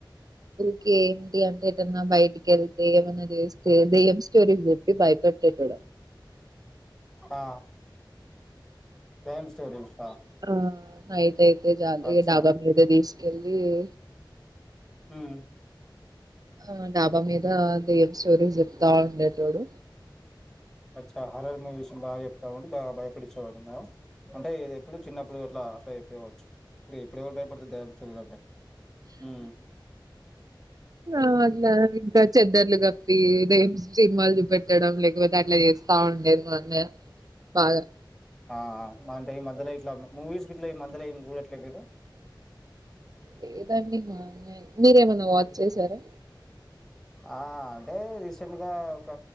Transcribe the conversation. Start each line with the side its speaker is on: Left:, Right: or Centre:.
Right: ఊకే ఏంటి అంటే ఏటన్నా బయటికి వెళ్తే ఏమన్నా చేస్తే దేమ్ స్టోరీస్ చెప్పి భయపెట్టెటోడ
Centre: ఆ దయ్యం స్టోరీస్
Right: ఆ నైట్ అయితే చాలు
Centre: అచ్చా
Right: ఇగ డాబా మీదికి తీసుకెళ్లు ఏ
Centre: హ్మ్.
Right: ఆ డాబా మీద దయ్యం స్టోరీస్ చెప్తా ఉండేటోడు
Centre: అచ్చ హర్రర్ మూవీస్ బాగా చెప్తావు అని బాగా భ భయపట్టించే వాడు అన్న అంటే ఎప్పుడు చిన్నప్పుడు అట్లా అట్లా చెప్పేయవచ్చు ఇప్పుడు ఇప్పుడు ఎవరు భయపడుతారు దయ్యం వచ్చినాయి అంటే ఉ
Right: నా అట్లా ఇంకా చెద్దర్లు కప్పి దయ్యం సినిమాలు చూపెట్ పెట్టడం లేకపోతే అట్లా చేస్తా ఉండేది మా అన్నయ్య బాగా
Centre: ఆ అంటే ఈ మధ్యలో ఇట్లా మూవీస్ గీట్ల ఈ మధ్యలో ఏం చూడట్లేదు మీరు
Right: లేదండీ మా అన్నయ్య మీరు ఏమన్నా వాచ్ చేసారా
Centre: ఆ అదే రీసెంట్గా ఒక